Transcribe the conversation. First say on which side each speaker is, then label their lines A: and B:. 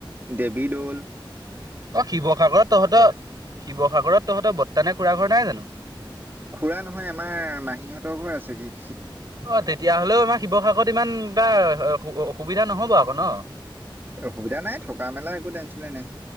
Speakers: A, on the right; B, on the right.
A: দেৱীদৌল।
B: অ', শিৱসাগৰত তহঁতৰ শিৱসাগৰত তহঁতৰ বৰ্ত্তা নে খুৰা ঘৰ নাই জানো?
A: খুৰা নহয় আমাৰ মাহীহঁতৰ ঘৰ আছে গে।
B: অ, তেতিয়া হলেও আমাৰ শিৱসাগৰত ইমান এটা সু - সুবিধা নহব আকৌ ন।
A: অসুবিধা নাই থকা -মেলা একো টেনচনে নাই।